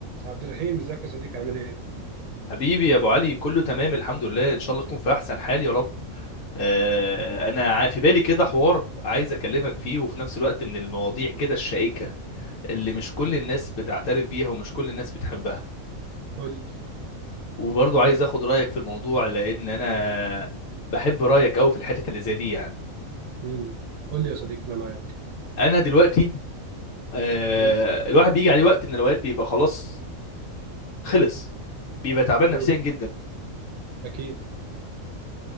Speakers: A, on the right; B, on the left.
A: عبد الرحيم ازيك يا صديقي عامل ايه؟
B: حبيبي يا ابو علي كله تمام الحمد لله ان شاء الله تكون في احسن حال يا رب آه، انا ع- في بالي كده حوار عايز اكلمك فيه وفي نفس الوقت من المواضيع
A: مم.
B: كده الشائكة اللي مش كل الناس بتعترف بيها ومش كل الناس بتحبها
A: قول لي
B: وبرضه عايز اخد رايك في الموضوع لان انا بحب رايك قوي في الحتة اللي زي دي يعني
A: مم. قول لي يا صديقي انا معاك
B: انا دلوقتي آه،
A: مم.
B: الواحد بيجي عليه وقت من الاوقات بيبقى خلاص خلص بيبقى تعبان نفسيا
A: مم.
B: جدا
A: اكيد